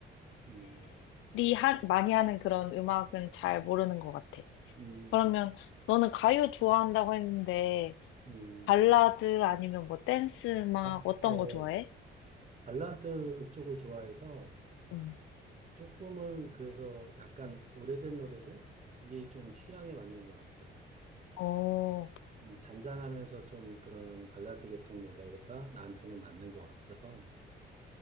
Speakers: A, on the right (about 35°); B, on the left (about 90°).
A: 음,
B: 하, 많이 하는 그런 음악은 잘 모르는 것 같아.
A: 음,
B: 그러면 너는 가요 좋아한다고 했는데
A: 음.
B: 발라드 아니면 뭐 댄스 음악
A: 가,
B: 어떤
A: 어,
B: 거 좋아해?
A: 발라드 쪽을 좋아해서,
B: 음.
A: 조금은 그래서 약간 오래된 노래들이 좀 취향에 맞는 것 같아.
B: 어,
A: 음, 잔잔하면서 좀 그런 발라드 계통 노래가 나한테는 맞는 것 같아서.